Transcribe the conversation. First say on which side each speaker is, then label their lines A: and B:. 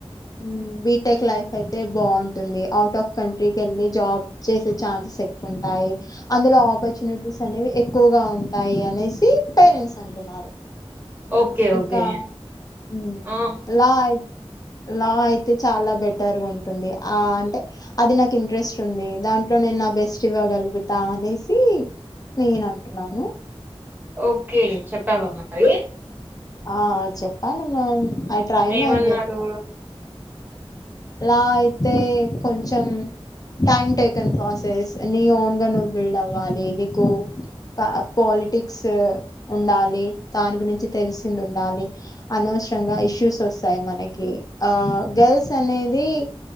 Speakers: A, on the left; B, on the right.
A: మ్మ్ బి టెక్ లైఫ్ అయితే బాగుంటుంది అవుట్ ఆఫ్ కంట్రీకి వెళ్ళి జాబ్ చేసే ఛాన్సెస్ ఎక్కువంటాయి అందులో ఆపర్చునిటీస్ అనేవి ఎక్ క్కువగా ఉంటాయి అనేసి పేరెంట్స్ అంటున్నారు.
B: ఓకే
A: ఇంకా
B: ఓకే
A: హ్మ్
B: ఆ
A: లా లా అయితే చాలా బెటర్ గా ఉంటుంది ఆ అంటే అది నాకు ఇంట్రెస్ట్ ఉంది దాంట్లో నేను నా బెస్ట్ ఇవ్వగలుగుతా అనేసి నేను అను కున్నాను
B: ఓకే చెప్పావా మరి
A: ఆ చెప్పాలి మ్యామ్ ఐ ట్రై
B: ఏమన్నారు
A: మై లా అయితే కొంచెం టైమ్ టేకన్ ప్రాసెస్ నీ ఓన్ గా నువ్వు బిల్డ్ అవ్వాలి నీకు పా పాలిటిక్స్ ఉండాలి దాని గురించి తెలిసింది ఉండాలి అనవసరంగా ఇష్యూస్ వస్తాయి మనకి ఆ గర్ల్స్ అనేది